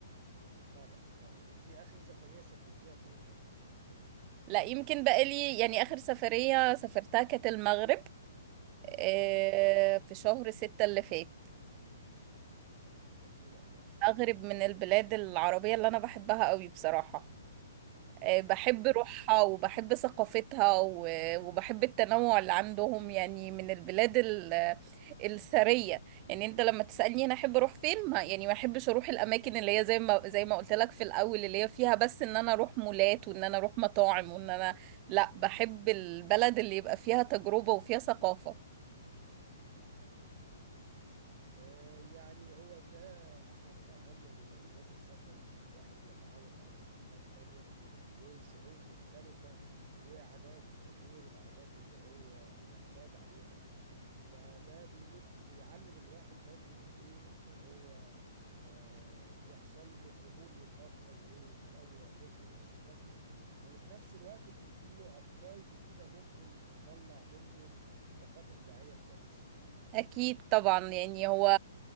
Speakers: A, on the right; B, on the right.
A: طبعا طبعا انت اخر سفرية سافرتيها فين بره مصر؟
B: لا يمكن بقالي يعني آخر سفرية سافرتها كانت المغرب آه،
A: مم.
B: في شهر ستة اللي فات
A: جميلة المغرب
B: مغرب
A: برضه
B: من البلاد العربية اللي أنا بحبها قوي بصراحة آه، بحب
A: الرباط
B: روحها وبحب ثقافتها و- وبحب التنوع اللي عندهم يعني من البلاد ال- الثرية يعني انت لما تسألني انا احب اروح فين ما يعني ما احبش اروح الاماكن اللي هي زي ما زي ما قلت لك في الاول اللي هي فيها بس ان انا اروح مولات وان انا اروح مطاعم وان انا لا بحب البلد اللي يبقى فيها تجربة وفيها ثقافة
A: ده حقيقي آه، يعني هو ده أحد أهم مميزات السفر إن الواحد بيتعرف على ثقافات تانية وشعوب مختلفة وعادات غير العادات اللي هو اعتاد عليها فده بيد بيعلم الواحد برضو إنه إيه إنه هو آه، يحصل له قبول للآخر وتنوع فكري وثقافي وفي نفس الوقت بيديله أفكار جديدة ممكن تطلع منه طاقات إبداعية كويسة
B: أكيد طبعا يعني هو